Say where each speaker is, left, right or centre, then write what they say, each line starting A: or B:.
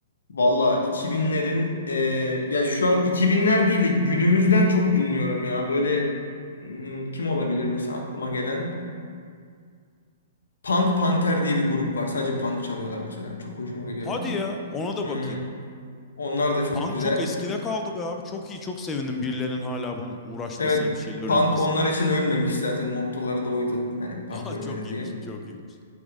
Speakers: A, on the left; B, on the left.
A: Valla 2000'lerin eee, ya şu an 2000'ler değil de günümüzden çok dinliyorum ya. Böyle hmm, kim olabilir mesela aklıma gelen? Punk Panther diye bir grup var. Sadece punk çalıyorlar mesela. Çok hoşuma gidiyor
B: Hadi
A: benim.
B: ya ona da
A: Hı,
B: bakayım.
A: onlar da çok
B: Punk
A: güzel.
B: çok eskide kaldı be abi. Çok iyi. Çok sevindim birilerinin hala bunun uğraşmasını,
A: Evet.
B: bir şeyler öğretmesini.
A: Punk onlar için ölmemiş zaten. Mottoları da oydu. Hani
B: <laughs>
A: punk
B: Aha
A: ölmedi
B: çok iyiymiş.
A: diye.
B: Çok iyiymiş.